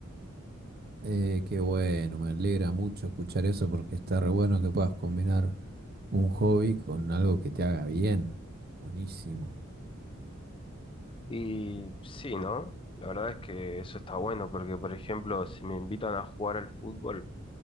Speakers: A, on the right (about 50°); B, on the left (about 25°).
A: Eh, qué bueno, me alegra mucho escuchar eso porque está re bueno que puedas combinar un hobby con algo que te haga bien. Buenísimo,
B: Y sí, ¿no? La verdad es que eso está bueno porque, por ejemplo, si me invitan a jugar al fútbol,